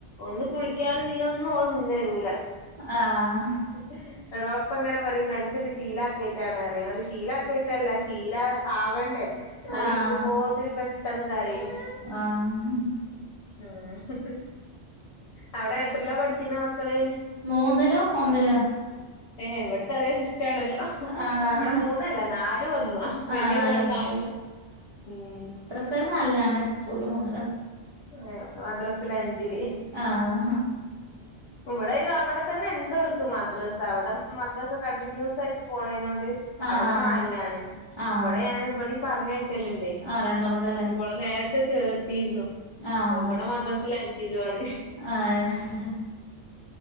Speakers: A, on the left (about 70°); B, on the right (about 30°).
A: ഒന്ന് കുളിക്കാനും ഇതീനൊന്നും ഓള് നിന്നെരൂല
B: ആഹ
A: എന്നിട്ട് ഓളപ്പ ഇങ്ങനെ പറിം നിലത്തിട്ട് ശീലാക്കായിട്ടാണ്റയും ഞാൻറയും ശീല തെറ്റല്ല ശീലം ആവണ്ടേ ഓളിരിക്കുമ്പോത്തിനും
B: ആഹ്
A: പെട്ടന്ന് കരയും
B: ആഹ്
A: ആഹ് അവിടെ എത്രയിലാ പഠിക്കുന്നെ മക്കള്
B: മൂന്നിലും ഒന്നിലും ആ
A: ഏഹ് ഇവിടത്തെതേ സിസ്റ്റാണല്ലോ ഇവിടെ
B: ആഹ്
A: മൂന്നല്ല നാലും ഒന്നുആ വല്യ
B: ആഹ് നാലൊന്ന്
A: മോള് നാലിലും ഉം
B: സേല് നാലിലാണ് സ്കൂളില് മൂന്നില്
A: ഏഹ് മദ്രസേലഞ്ചില്
B: ആഹ്
A: ഇവിടയ്ന് അവിടെത്തന്ന്ണ്ടോൽക്ക് മദ്രസ്സ അവിടെ മദ്രസ്സ കണ്ടിന്യൂസായിട്ട് പോണയ്നോണ്ട്
B: ആഹ്
A: അവിടെ
B: ആഹ്
A: നാലിലാണ്
B: ആഹ്
A: ഇവിടെ ഞാൻ ഇവിടെയും പറഞ്ഞയ ച്ചല്ണ്ടേ
B: ആഹ് രണ്ടും കൂടെല്ലേ
A: ഇവടെ നേരത്തെ ചേർത്തിയിരുന്നു
B: ആഹ്
A: അപ്പ ഇവടെ മദ്രസെല് അഞ്ചിലുആണ്
B: ആഹ്